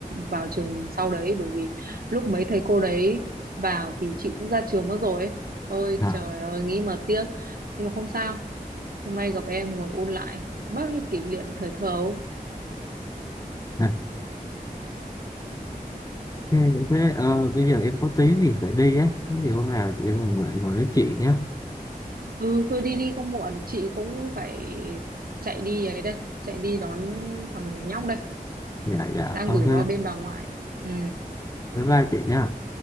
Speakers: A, on the right; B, on the left.
A: vào trường mình sau đấy bởi vì lúc mấy thầy cô đấy vào thì chị cũng ra trường mất rồi ấy. Ôi
B: à
A: trời ơi, nghĩ mà tiếc. Nhưng mà không sao, hôm nay gặp em ngồi ôn lại bao nhiêu kỷ niệm thời thơ ấu.
B: Dạ. ok thế ờ, bây giờ em có tí thì phải đi á. Thế thì hôm nào chị em mình lại ngồi nói chuyện nhé.
A: Ừ thôi đi đi không muộn Chị cũng phải chạy đi ấy đây Chạy đi đón thằng nhóc đây
B: Dạ dạ,
A: Đang
B: ok.
A: gửi nó ở bên bà ngoại Ừ
B: Bye bye chị nhá.